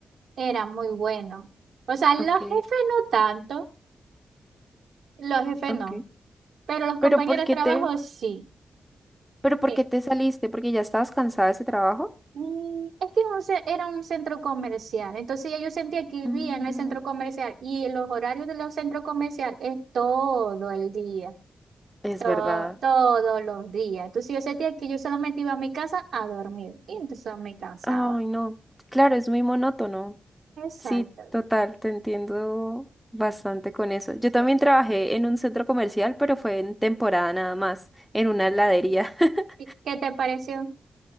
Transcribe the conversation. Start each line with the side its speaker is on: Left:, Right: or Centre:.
Right: era muy bueno. O sea, los
Centre: Ok,
Right: jefes no tanto, los jefes
Centre: ok.
Right: no, pero los compañeros
Centre: ¿Pero por qué
Right: de trabajo
Centre: te,
Right: sí.
Centre: pero por
Right: Eh,
Centre: qué te saliste? ¿Porque ya estabas cansada de ese trabajo?
Right: Mm, Es que un ce- era un centro comercial, entonces ya yo sentía que vivía
Centre: Mm,
Right: en el centro comercial y los horarios de los centros comerciales es todo el día,
Centre: es
Right: todo,
Centre: verdad.
Right: todos los días. Entonces yo sentía que yo solamente iba a mi casa a dormir y entonces me cansaba.
Centre: Ay, no. Claro, es muy monótono.
Right: Exacto,
Centre: Sí, total, te entiendo bastante con eso. Yo
Right: sí.
Centre: también trabajé en un centro comercial, pero fue en temporada nada más, en una heladería. <laughs>
Right: ¿Y ¿Qué te pareció?